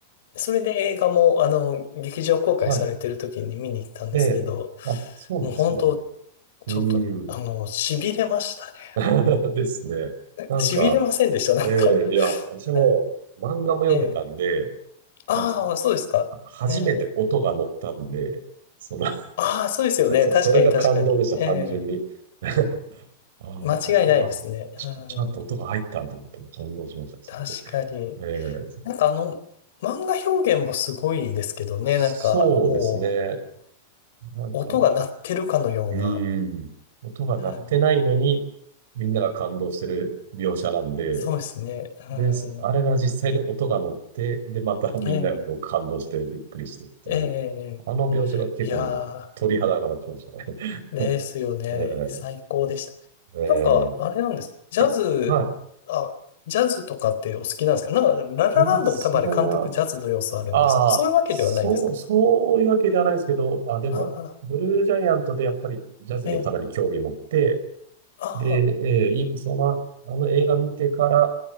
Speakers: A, on the left; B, on the right.
A: それで映画も、あの、劇場公開されてる時に見に行ったんですけど、
B: はい。ええあ、そうなんですね。
A: もう本当
B: う
A: ちょっと、
B: ん。
A: あの、痺れましたね。
B: <laughs> ですね。なんか、
A: 痺れませんでした、<laughs> なんか。
B: ええいや、
A: <laughs>
B: 私も漫画も読んでたんで、
A: はい。ええ。ああ、
B: なんですか、
A: そうですか。
B: 初めて音が乗ったんで、
A: ええ。
B: その、<laughs>
A: ああ、そうですよね。
B: そ、
A: 確かに、
B: それが感動でした、
A: 確かに。ええ。
B: 単純に。<laughs> ああ、
A: 間違いないですね。
B: 音が、ち、
A: うん。
B: ちゃんと音が入ったと思って感動しました、それで。
A: 確かに。
B: ええ
A: なんかあの、漫画表現もすごいですけどね。
B: そうですね。
A: なんか、も
B: なんか、
A: う、音が鳴ってるかのような。
B: うーん、音が鳴ってないのに、
A: はい。
B: みんなが感動してる描写なんで、
A: そうですね。
B: で、
A: うん。
B: そあれが実際で音が乗って、で、また <laughs> みんながこう感動してびっくりしてっていう、
A: ええ。ええ
B: あの描写が結構鳥肌が立ちましたね。
A: いやー、ですよね。
B: <laughs> え
A: 最高でした。
B: えええ
A: なんか、あれなんです。ジャズ、
B: は
A: あ、ジャズとかってお好きなんですかなんか、ララランドも多分あれ監督ジャズの要素あるんです。
B: い。いや、それは、ああ、
A: そういうわけではないですか
B: そう、そういうわけではないですけど、あ、でも、
A: ああ、
B: ブルージャイアントでやっぱりジャズにかなり興味持って、
A: ええあ
B: で、ええいその、あの映画見てから